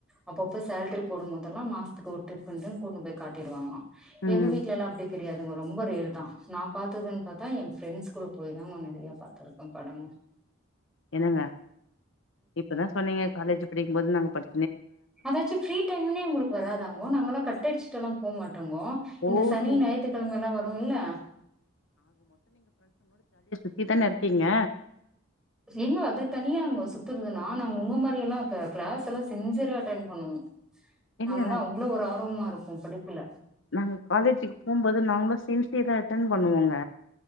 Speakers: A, in the centre; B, on the left (about 70°).
A: அப்பப சேல்ரி போடும் போதெல்லாம் மாசத்துக்கு ஒரு ட்ரிப் ப கூட்ணு போய் காட்டிடு வாங்கிளா
B: ம்
A: எங்க வீட்ல எல்லாம் அப்படி கிடையாதுங்கோ ரொம்ப ரேர் தான் நான் பாத்ததுன்னு பாத்தா என் ஃப்ரெண்ட்ஸ் கூட போய் தான் நிறைய பாத்திருக்கோம் படம்
B: என்னங்க இப்பதான் சொன்னீங்க காலேஜ் படிக்கும்போது நாங்க பட
A: அதாச்சும் ஃப்ரீ டைம்னே உங்களுக்கு வராதாங்கோ நாங்கல்லாம் கட்டடிச்சுலாம் போ மாட் ங்கோ இந்த
B: ஓஹோ
A: சனி ஞாயித்துக்கிழமை எல்லாம் வரும் இல்ல
B: சி தான இருக்கீங்க
A: ஏங்க அது தனியாங்கோ சுத்துறதுன்னா நாங்க உங்க மாரி எல்லாம் கிளாஸ் எல்லாம் சின்சியரா அட்டென் பண்ணுவோம்
B: எங்கங்க
A: நாங்கல்லாம் அவ்வளவு ஒரு ஆர்வமா இருப் ஒ படிப்பில
B: நாங்க காலேஜ்கு போம்போது நாங்களும் சின்சியரா அட்டன் பண்ணுவோங்க